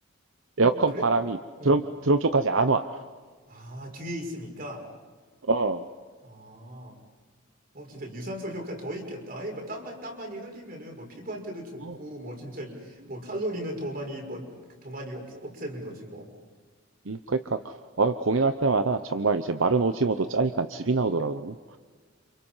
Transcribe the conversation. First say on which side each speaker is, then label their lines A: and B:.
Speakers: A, on the right; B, on the right.
A: 어,
B: 에어컨
A: 그래?
B: 바람이
A: 어.
B: 드럼, 드럼 쪽까지 안 와.
A: 아, 뒤에 있으니까.
B: 어.
A: 아. 어, 진짜 유산소 효과 더 있겠다. 아이, 뭐, 땀, 많- 땀 많이 흘리면은, 뭐, 피부한테도 좋고,
B: 어.
A: 뭐, 진짜,
B: 음,
A: 뭐, 칼로리는
B: 음,
A: 더 많이, 뭐, 더 많이 없,
B: 음.
A: 없애는 거지, 뭐.
B: 음, 그러니까 어, 공연할 때마다 정말 이제 마른 오징어도 짜니까 즙이 나오더라고.